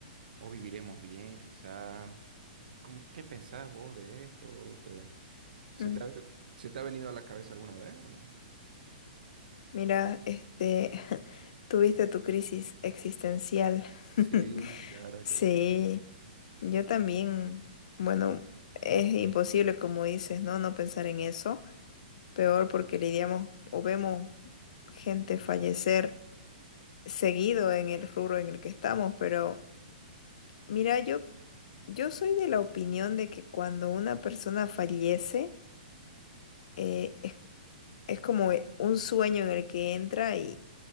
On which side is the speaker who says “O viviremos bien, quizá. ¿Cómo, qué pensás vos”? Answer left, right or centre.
Right